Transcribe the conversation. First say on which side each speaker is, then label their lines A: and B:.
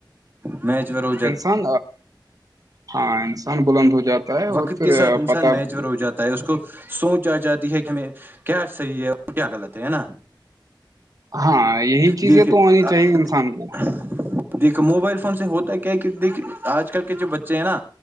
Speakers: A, on the right (about 25°); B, on the right (about 45°).
A: میچ و <inaudible>
B: انسان ہاں انسان بلند ہو جاتا ہے
A: وقت
B: اور پھر
A: کے ساتھ انسان
B: پت
A: میچ ور ہو جاتا ہے اس کو سوچ آ جاتی ہے کہ ہمیں کیا صحیح ہے اور کیا غط ہے ہے نا
B: ہاں یہی چیزیں
A: جی کہ
B: تو
A: <inaudible>
B: آنی چاہیے انسان کو
A: دیکو موبائل فون سے ہوتا کیا ہے کہ دیک آج کل کے جو بچے ہیں نا